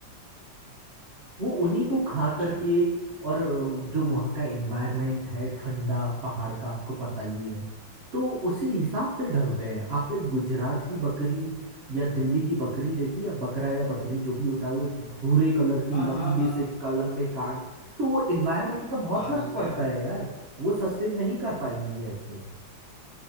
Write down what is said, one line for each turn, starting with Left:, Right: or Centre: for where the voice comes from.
Right: वो उन्हीं को खा
Left: अच्छा
Right: करके और अ, जो वहाँ का एनवायरनमेंट है ठंडा पहाड़ का आपको पता ही है तो उसी हिसाब से ढलते हैं आप एक गुजरात की बकरी या दिल्ली की बकरी देखिए या बकरा या बकरी जो भी होता है वो भूरे कलर की
Left: हाँ
Right: लंबी
Left: हाँ हाँ
Right: से का लंबे कान तो वो एनवायरनमेंट का बहुत
Left: कान
Right: फर्क
Left: होते
Right: पड़ता
Left: हैं
Right: है यार वो सस्टेन नहीं कर पाएंगी ऐसे